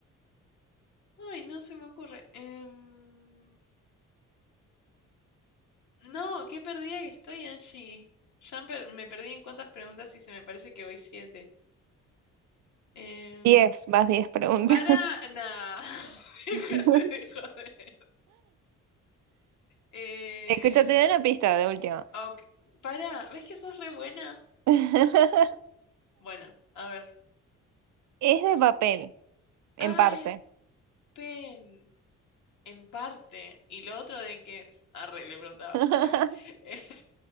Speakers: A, on the left; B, on the right.
A: Ay, no se me ocurre. Em, No, qué perdida que estoy, Angie. Ya me per- me perdí en cuántas preguntas hice, me parece que voy siete. Em,
B: Diez, vas diez preguntas.
A: Para nada. <laughs> Déjate
B: <laughs>
A: de joder. Eh,
B: Escúchate una pista de última.
A: ok, Para, ¿ves que sos re buena?
B: <laughs>
A: Bueno, a ver.
B: Es de papel, en
A: Ah,
B: parte.
A: es de papel. En parte. ¿Y lo otro de qué es? Arre, le preguntaba.
B: <laughs>
A: <laughs> Eh,